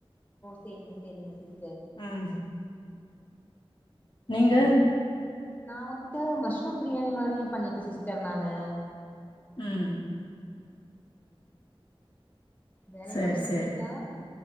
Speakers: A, on the left; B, on the left.
A: செரிங்க செரிங்க சிஸ்
B: ம் நீங்க
A: நா வந்துட்டு மஷ்ரூம் பிரியாணி மாரி பண்ணிட்டு சிஸ்டர் நானு
B: ம்
A: வேலையெல்லா
B: சேரி
A: முடிச்சிட்டீங்ளா
B: சேரி